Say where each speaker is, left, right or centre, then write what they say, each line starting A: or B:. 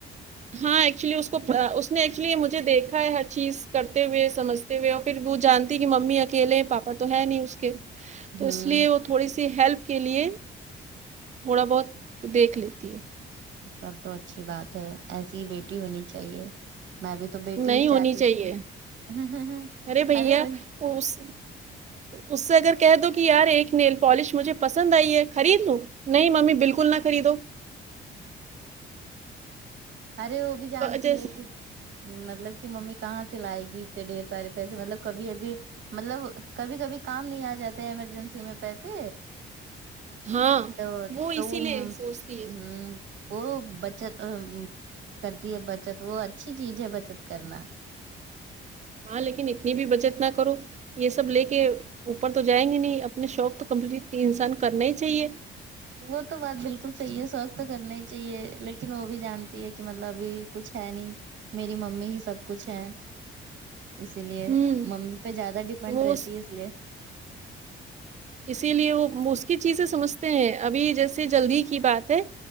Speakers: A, on the right; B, on the right.
A: ہاں ایکچولی اس کو اس نے ایکچولی مجھے دیکھا ہے ہر چیز کرتے ہوئے سمجھ پھر وہ جانتی کہ ممی اکیلے پاپا تو ہے نہیں اس کے تو
B: ہوں
A: اس لیے تھوڑی سی ہیلپ کے لیے تھوڑا بہت دیکھ لیتی ہے
B: سب تو اچھی بات ہے ایسی ہی بیٹی ہونی چاہیے میں بھی تو بیٹی
A: نہیں
B: ہی
A: ہونی
B: چاہتی
A: چاہیے
B: تھی ہ ہ ہ
A: بھیا
B: ارے ب
A: اس اس سے اگر کہہ دو کہ یار ایک نیل پالش مجھے پسند آئی ہے خرید لوں نہیں ممی بالکل نہ خریدو
B: ارے وہ بھی جانتی
A: جیسے
B: ہے کہ مطلب کہ ممی کہاں سے لائے گی اتنے ڈھیر سارے پیسے مطلب کبھی ابھی مطلب کبھی کبھی کام نہیں آ جاتے ایمرجنسی میں پیسے
A: ہاں
B: تو
A: وہ اسی
B: تو
A: لیے سوچتی ہے
B: ہ وہ بچت کرتی ہے بچت وہ اچھی چیز ہے بچت کرنا
A: ہاں لیکن اتنی بھی بچت نہ کرو یہ سب لے کے اوپر تو جائیں گے نہیں اپنے شوق تو کمپلیٹ انسان کرنا ہی چاہیے
B: وہ تو بات بالکل صحیح ہے سوقت تو کرنا ہی چاہیے لیکن وہ بھی جانتی ہے کہ مطلب ابھی کچھ ہے نہیں میری ممی ہی سب کچھ ہے اسی لیے
A: ہوں
B: ممی پہ زیادہ ڈپینڈ
A: وہ
B: رہتی ہے اس لیے
A: اسی لیے وہ اس کی چیزیں سمجھتے ہیں ابھی جیسے جلدی کی بات ہے